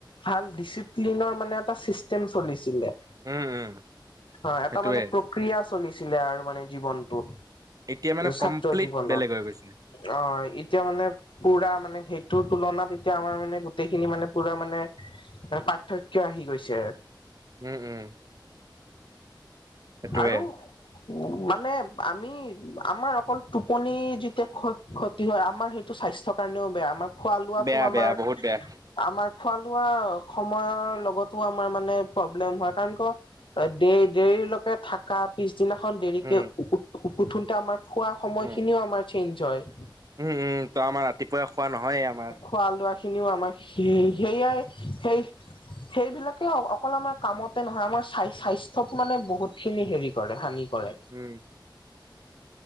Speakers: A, on the left; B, on the right.
A: ভাল ডিচিপ্লিনৰ মানে এটা চিষ্টেম চলিছিলে।
B: উম উম
A: অ এটা
B: সেইটোয়ে
A: মানে প্ৰক্ৰিয়া চলিছিলে আৰু মানে জীৱনটো।
B: এতিয়া মানে
A: ছাত্ৰ
B: কমপ্লিট
A: জীৱনত।
B: বেলেগ গৈছে
A: অ এতিয়া মানে পুৰা মানে সেইটোৰ তুলনাত এতিয়া আমাৰ মানে গোটেইখিনি মানে পুৰা মানে এটা পাৰ্থক্য আহি গৈছে।
B: উম উম সেইটোয়ে
A: আৰু উম মানে আমি আমাৰ অকল টোপনি যে তিয়া ক্ষতি হয় আমাৰ সেইটো স্বাস্থ্যৰ কাৰণেও বেয়া আমাৰ খোৱা লোৱাটো
B: বেয়া
A: আমাৰ
B: বেয়া বহুত বেয়া
A: আমাৰ খোৱা লোৱা সময়ৰ লগতো আমাৰ মানে প্ৰব্লেম হয়। কাৰণ ক'ৰ দে দেৰিলৈকে থাকাত পিছদিনাখন দেৰিকে
B: উম
A: উ উঠোতে আমাৰ খোৱা সময়খিনিও
B: উম
A: আমাৰ চেঞ্জ হয়।
B: উম, উম, আমাৰ ৰাতিপুৱাই খোৱা নহয় আমাৰ।
A: খোৱা লোৱা খিনিও আমাৰ হেয়াই সেই সেইবিলাকে অকল আমাৰ কামতে নহয়, আমাৰ স্বাস্থ্যত মানে বহুত খিনি হেৰি কৰে হানি কৰে।
B: উম।